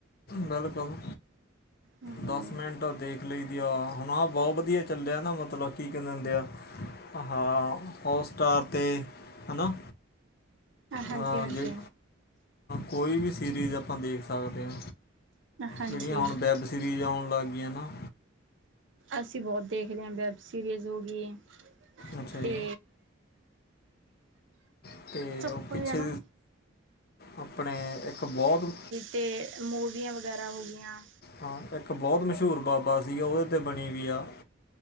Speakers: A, on the left; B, on the right.
A: ਬਿਲਕੁਲ
B: ਹਮ
A: ਦਸ ਮਿੰਟ ਦੇਖ ਲਈ ਦੀ ਆ, ਹੁਣ ਆ ਬਹੁਤ ਵਧੀਆ ਚੱਲਿਆ ਨਾ ਮਤਲਬ ਕੀ ਕਹਿੰਦੇ ਹੁੰਦੇ ਆ। ਆਹਾ ਹੋਟਸਟਾਰ 'ਤੇ ਹੈ ਨਾ।
B: ਹਾਂਜੀ
A: ਹਾਂ
B: ਹਾਂਜੀ
A: ਜੇ ਕੋਈ ਵੀ ਸੀਰੀਜ਼ ਆਪਾਂ ਦੇਖ ਸਕਦੇ ਹਾਂ।
B: ਹਾਂਜੀ
A: ਜਿਹੜੀਆਂ ਹੁਣ ਵੈੱਬ ਸੀਰੀਜ਼ ਆਉਣ ਲੱਗ ਗਈਆਂ ਨਾ।
B: ਅਸੀਂ ਬਹੁਤ ਦੇਖਦੇ ਹਾਂ ਵੈੱਬ ਸੀਰੀਜ਼ ਹੋ ਗਈ
A: ਅੱਛਾ
B: ਅਤੇ।
A: ਜੀ ਅਤੇ
B: ਚੱਪਲ
A: ਉਹ ਪਿੱਛੇ
B: ਹੈ ਨਾ
A: ਆਪਣੇ ਇੱਕ ਬਹੁਤ।
B: ਅਤੇ ਮੂਵੀਆਂ ਵਗੈਰਾ ਹੋ ਗਈਆਂ।
A: ਹਾਂ ਇੱਕ ਬਹੁਤ ਮਸ਼ਹੂਰ ਬਾਬਾ ਸੀਗਾ ਉਹਦੇ 'ਤੇ ਬਣੀ ਵੀ ਆ।